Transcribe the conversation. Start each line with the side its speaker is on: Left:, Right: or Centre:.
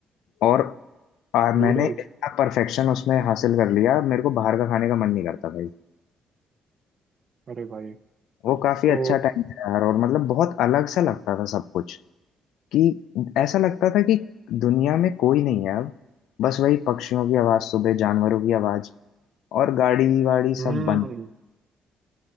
Left: और आ,
Right: नूडल्स
Left: मैंने इतना परफेक्शन उसमें हासिल कर लिया मेरे को बाहर का खाने का मन नहीं करता भाई
Right: अरे भाई
Left: वो काफी
Right: तो
Left: अच्छा टाइम था यार और मतलब बहुत अलग सा लगता था सब कुछ कि ऐसा लगता था कि दुनिया में कोई नहीं है अब बस वही पक्षियों की आवाज सुबह जानवरों की आवाज और गाड़ी वाड़ी
Right: हम्म
Left: सब बंद